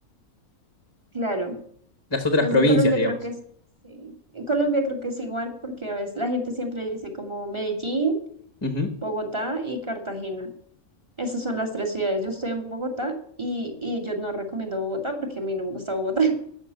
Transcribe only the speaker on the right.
claro.
Pues
en Colombia
creo que es, sí. En Colombia creo que es igual porque a veces la gente siempre dice como Medellín,
Bogotá y Cartagena. Esas son las tres ciudades. Yo estoy en Bogotá y, y yo no recomiendo Bogotá porque a mí no me gusta Bogotá.